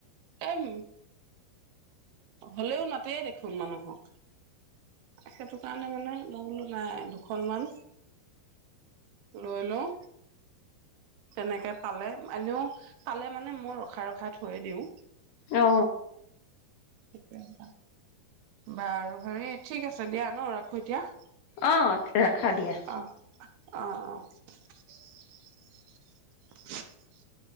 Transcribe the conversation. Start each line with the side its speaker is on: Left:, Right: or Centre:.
Right: এই হলেও নাতে দেখোন মানুহক সেইটো কাৰণে মানে মই বোলো নাই দুখনমানান লৈ লওঁ তেনেকে পালে এনেও পালে মানে মই ৰখাই ৰখাই থৈ দিওঁ
Left: অ
Right: সেইটোৱে বাৰু হেৰি ঠিক আছে দিয়া ন ৰাখো এতিয়া
Left: অ ৰাখা দিয়া
Right: অ অ অ <unintelligible> <inaudible> <unintelligible> <inaudible>